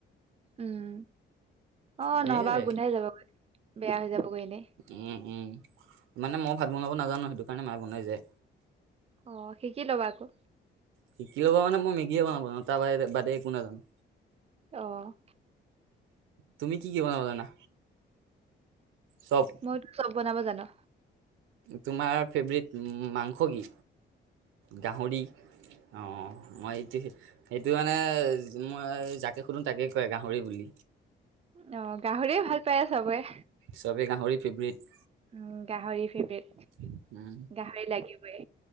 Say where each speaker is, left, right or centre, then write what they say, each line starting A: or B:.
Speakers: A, on the right; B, on the right.
A: উম, অ
B: সেয়াই
A: নহবা গোন্ধাই যাবগৈ, বেয়া হৈ যাবগৈ এনেই।
B: উম, উম, মানে মই ভাত বনাব নাজানো, সেইটো কাৰণে মায়ে বনাই যায়।
A: অ', শিকি লবা আকৌ।
B: শিকি ল'বা মানে, মই মেগীয়ে বনাব জানো, তাৰ বাহিৰে বাদে একো নাজানো।
A: অ'।
B: তুমি কি - কি বনাব জানা? চব
A: মইতো চব বনাব জানো।
B: তোমাৰ ফেভৰেট মাংস কি? গাহৰি- অ' মই এইটো সে- সেইটো মানে যোন মই যাকে সোধো, তাকে কয় গাহৰি বুলি।
A: অ', গাহৰিয়ে ভাল পায় চবে।
B: চবে গাহৰি ফেভৰেট।
A: উম গাহৰি ফেভৰেট
B: উম,
A: গাহৰি লাগিবই